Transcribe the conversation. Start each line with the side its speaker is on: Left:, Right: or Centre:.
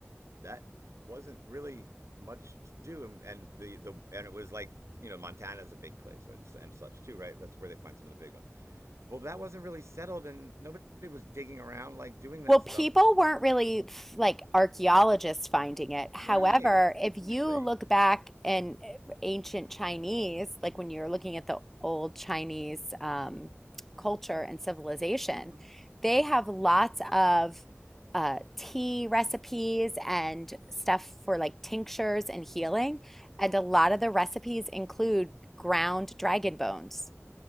Right: that wasn't really much to do, and, and the the and it was like you know Montana's a big place and, and such too, right? That's where they find some of the big ones. Well, that wasn't really settled, and nobody was digging around like doing that
Centre: Well,
Right: stuff,
Centre: people weren't really f- like archaeologists finding it. However,
Right: right?
Centre: if
Right: Exactly.
Centre: you look back in eh, ancient Chinese, like when you're looking at the old Chinese um, culture and civilization,
Right: hmm
Centre: they have lots of uh, tea recipes and stuff for like tinctures and healing. And a lot of the recipes include ground dragon bones.